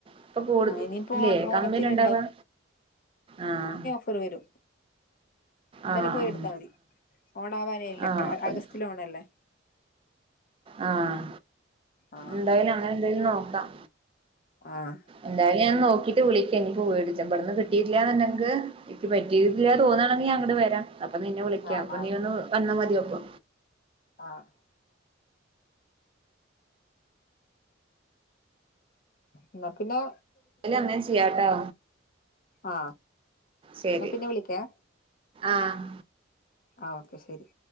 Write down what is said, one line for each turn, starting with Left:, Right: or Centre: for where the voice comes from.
Right: ഇപ്പൊ കടുല്ല
Left: ആഹ് ഇനിയിപ്പോ ഓ ഓണത്തിന്
Right: കമ്മില ഇണ്ടവാ ആഹ
Left: കുറവരു ഇന്നേരം
Right: ആഹ്
Left: പോയി എടുത്താൽ മതി ഓണ ആവാനല്ല
Right: ആഹ് ആഹ്
Left: അഗസ്റ്റില് ഓണല്ലേ
Right: ആഹ
Left: ആഹ്
Right: എന്തായാലും അങ്ങനെ എന്തെലും നോക്കാം
Left: ആഹ
Right: എന്തായാലും ഞാ നോക്കിട്ട് വിളിക്കാ എനിക്ക് പോയിടിച്ച ഇവിടന്ന് കിട്ടില്ലാന്നുണ്ടെങ്കിൽ എനിക്ക് പറ്റിയിട്ടല്ല തോന്നാണെങ്കിൽ അങ്ങോട് വരാം അപ്പൊ നിന്നെ വിളിക്കാം
Left: ആഹ്
Right: അപ്പൊ
Left: ആഹ്
Right: നീ ഒന്ന് വന്നാ മതിപ്പൊ
Left: ആഹ എന്ന പിന്നെ
Right: അല്ല അങ്ങനെ ചെയ്യാട്ടോ
Left: ആ
Right: ശരി
Left: എന്നാ പിന്നെ വിളിക്കാ
Right: ആഹ്
Left: ആ ഓക്കെ ശരി